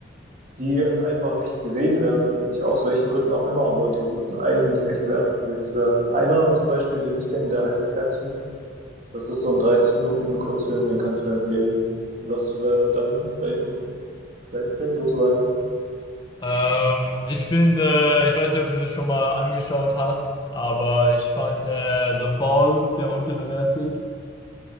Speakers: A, on the right; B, on the left.
A: die einfach nicht gesehen werden, ich, aus welchen Gründen auch immer, aber die sind es eigentlich echt wert, gesehen zu werden. Einer zum Beispiel, den ich kenne, der heißt Catsup. Das ist so ein 30 Minuten Kurzfilm, den kann ich nur empfehlen. Was wäre dein, dein, dein Film sozusagen?
B: Ähm, ich finde, ich weiß nicht, ob du das schon mal angeschaut hast, aber ich fand äh, The Fall sehr unterbewertet.